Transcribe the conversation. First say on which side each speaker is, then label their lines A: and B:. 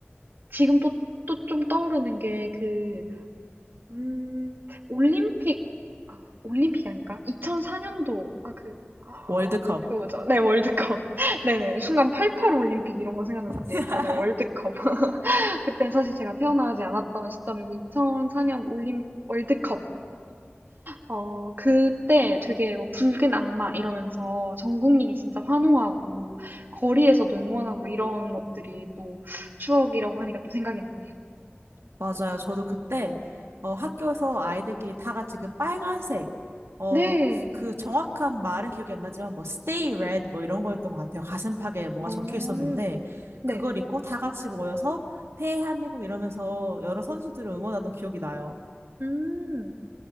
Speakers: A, on the right; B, on the right.
A: 지금 또, 또 좀 떠오르는 게 그, 음, 올림픽, 아, 올림픽이 아닌가? 2004년도, 아, 그, 아,
B: 월드컵.
A: 그 뭐죠? 네, 월드컵. <laughs> 네네. 순간 88 올림픽 이런 거 생각났는데,
B: <laughs>
A: 맞아요. 월드컵. 그때 사실 제가 태어나지 않았던 시점이고 2004년 올림 월드컵 어 그때 되게 뭐 붉은 악마 이러면서 전 국민이 진짜 환호하고 거리에서도 응원하고 이런 것들이 또 추억이라고 하니까 또 생각이 나네요.
B: 맞아요. 저도 그때 어, 학교에서 아이들끼리 다 같이 그 빨간색 어,
A: 네.
B: 그 정확한 말은 기억이 안 나지만 뭐 stay red 뭐 이런 거였던 것 같아요. 가슴팍에 뭐가
A: 어,
B: 적혀 있었는데
A: 네.
B: 그걸 입고 다 같이 모여서 대한민국 이러면서 여러 선수들을 응원하던 기억이 나요.
A: 음.